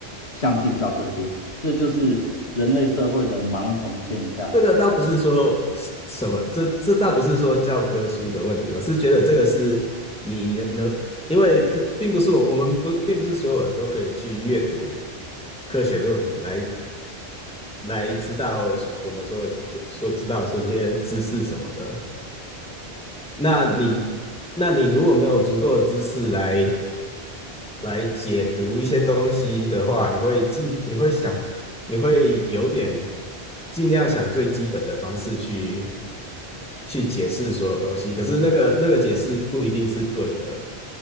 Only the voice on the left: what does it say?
相信教科书。这就是人类社会的盲从现象。